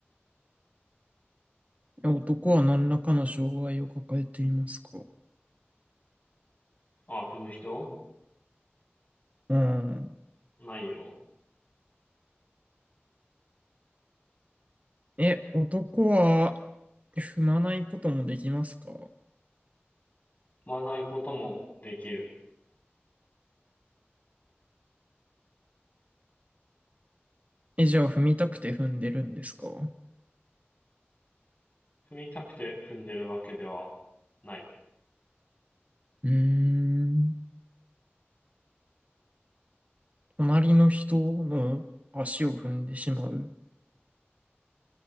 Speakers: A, on the right (about 35°); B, on the left (about 40°).
A: え、男は何らかの障害を抱えていますか
B: あ、踏む人
A: うん。
B: ないよ。
A: え、男は踏まないこともできますか
B: 踏まないこともできる。
A: え、じゃあ踏みたくて踏んでるんですかう
B: 踏みたくて踏んでるわけではない。
A: ーん。隣の人の足を踏んでしまう。